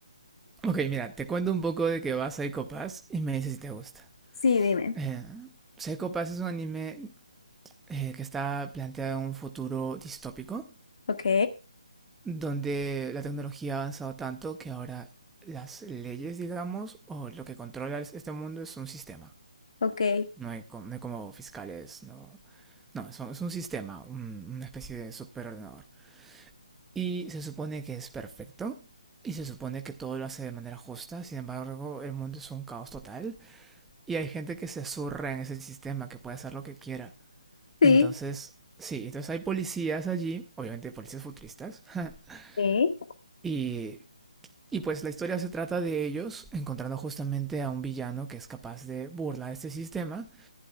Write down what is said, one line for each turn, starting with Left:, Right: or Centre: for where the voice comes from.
Centre: Ok, mira, te cuento un poco de que va Psycho Pass y me dices si te gusta.
Left: Sí, dime.
Centre: Eh, Psycho Pass es un anime eh, que está planteado en un futuro distópico,
Left: Ok,
Centre: donde la tecnología ha avanzado tanto que ahora las leyes, digamos, o lo que controla es- este mundo es un sistema.
Left: ok.
Centre: No hay, co- no hay como fiscales, no. No, es un, es un sistema, un- una especie de superordenador. Y se supone que es perfecto, y se supone que todo lo hace de manera justa, sin embargo, el mundo es un caos total, y hay gente que se zurra en ese sistema, que puede hacer lo que quiera.
Left: Sí.
Centre: Entonces, sí, entonces hay policías allí, obviamente policías futuristas, <laughs>
Left: Sí.
Centre: y, y pues la historia se trata de ellos encontrando justamente a un villano que es capaz de burlar este sistema,